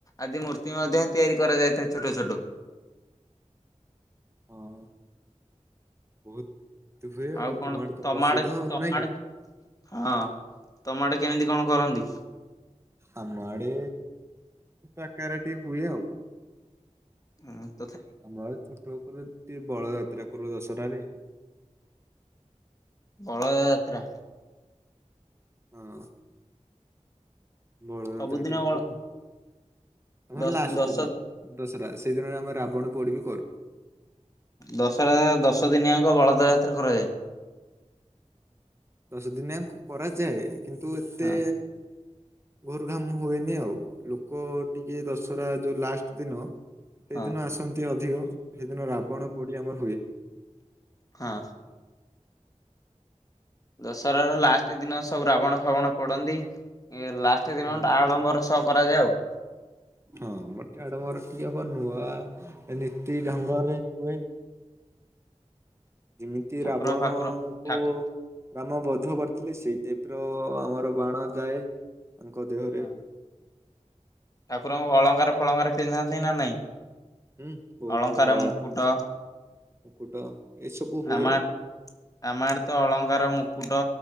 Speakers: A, on the left; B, on the right.
A: ଆଦି ମୂର୍ତ୍ତି ମଧ୍ୟ ତିଆରି କରାଯାଇଥାଏ ଛୋଟ ଛୋଟ
B: ହଁ ବହୁତ ଏମିତି ହୁଏ
A: ଆଉ କଣ
B: ତମ ଆଡେ ତ
A: ତମାଆଡ
B: ପ୍ରସିଦ୍ଧ ଆଉ
A: ତମାଆଡ
B: ନାଇଁ କି
A: ହଁ। ତମ ଆଡ଼େ କେମିତି କଣ କରନ୍ତି?
B: ଆମ ଆଡେ ଆକାରଟି ହୁଏ ଆଉ
A: ହଁ।
B: ଆମର ରୋକ ବୋଳ ଯାତ୍ରା କରୁ ଦସହରାରେ
A: ବଳଦ ଯାତ୍ରା।
B: ହଁ। ବଳଯାତ୍ର
A: ସବୁଦିନ
B: ଟିକେ
A: ବଳ
B: କରୁ। ଆମର
A: ଦଶ
B: ଲାଷ୍ଟ
A: ଦଶ
B: ଦିନ। ଦଶରା ସେଇଦିନରେ ଆମେ ରାବଣ ପୋଡି ବି କରୁ।
A: ଦଶରା ଦଶ ଦିନିଆଙ୍କ ବଳଦ ଯାତ୍ରା କରାଯାଏ।
B: ଦଶ ଦିନିଆ କରାଯାଏ କିନ୍ତୁ ଏତେ
A: ହଁ
B: ଘୋର ଘାମ ହୁଏନି ଆଉ ଲୋକ ଟିକେ ଦଶହରା ଯୋଉ ଲାଷ୍ଟ ଦିନ ସେଦିନ
A: ହଁ
B: ଆସନ୍ତି ଅଧିକ ସେଦିନ ରାବଣ ପୋଡି ଆମର ହୁଏ।
A: ହଁ ଦଶହର ଲାଷ୍ଟ ଦିନ ସବୁ ରାବଣ ଫାବଣ ପୋଡ଼ନ୍ତି। ଲାଷ୍ଟଟ ଦିନ
B: ହଁ
A: ଆଳମ୍ବର କରାଯାଏ ଆଉ
B: ହଁ ମତେ ଆଡ଼ମର <unintelligible> ନୂଆ ନୀତି ଢଙ୍ଗରେ ହୁଏ। ଯେମିତି
A: ଠାକୁର
B: ରାବଣଙ୍କୁ
A: ଫାକୁର ଠାକୁ
B: ରାମ ବ ବଦ୍ଧ କରିଥିଲେ ସେଇ ଟାଇପ ର ଆମର ବାଣ ଯାଏ। ତାଙ୍କ ଦେହରେ
A: ହଁ ଠାକୁରଙ୍କୁ ଅଳଙ୍କାର ଫଳଙ୍କାରେ ପିନ୍ଧାନ୍ତି ନା ନାଇଁ।
B: ହୁଁ ବହୁତ
A: ଅଳଙ୍କାର
B: ପ୍ରକାର
A: ମୁକୁଟ
B: ମୁକୁଟ ଏସବୁ ହୁଏ
A: ଆମ ଆମାର ତ ଅଳଙ୍କାର ମୁକୁଟ